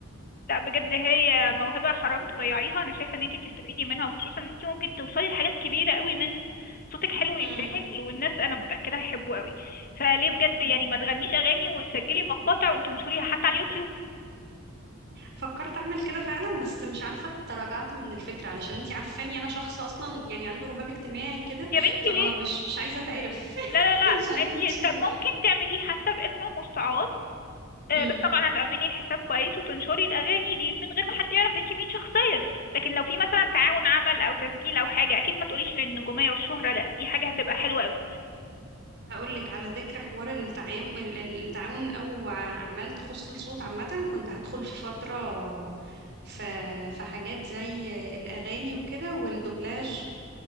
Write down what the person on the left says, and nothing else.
لا بجد هي موهبة حرام تضيعيها انا شايفة ان انت تستفيدي منها وخصوصا ان انت ممكن توصلي لحاجات كبيرة قوي منها صوتك حلو يستاهل
والناس انا متأكدة هيحبوه قوي فليه بجد يعني ما تغنيش اغاني وتسجلي مقاطع وتنشريها حتى على اليوتيوب
يا بنتي
ليه
لا لا لا
انت
طب ممكن تعمليه حتى باسم مستعار آه،
بس طبعا هتأمني الحساب كويس وتنشري الأغاني دي من غير ما حد يعرف انت مين شخصيا لكن لو في مثلا تعاون عمل أو تسجيل أو حاجة أكيد ما تقوليش للنجومية والشهرة لا دي حاجة هتبقى حلوة قوي